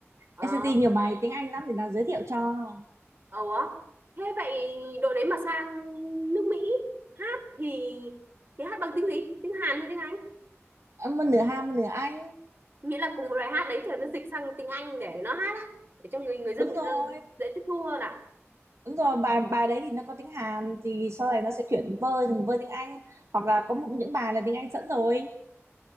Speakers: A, on the right; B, on the right.
A: ờ
B: NCT nhiều bài tiếng Anh lắm để tao giới thiệu cho
A: Ủa, thế vậy đội đấy mà sang nước Mỹ hát thì thì hát bằng tiếng gì? Tiếng Hàn hay tiếng Anh?
B: Em một nửa Hàn một nửa Anh
A: Nghĩa là cùng một bài hát đấy thì nó dịch sang tiếng Anh để nó hát á, để cho người người dân
B: đúng
A: người
B: rồi
A: ta dễ tiếp thu hơn ạ.
B: đúng rồi bài bài đấy thì nó có tiếng Hàn thì sau này nó sẽ chuyển vơ thành vơ tiếng Anh hoặc là có một, những bài là tiếng Anh sẵn rồi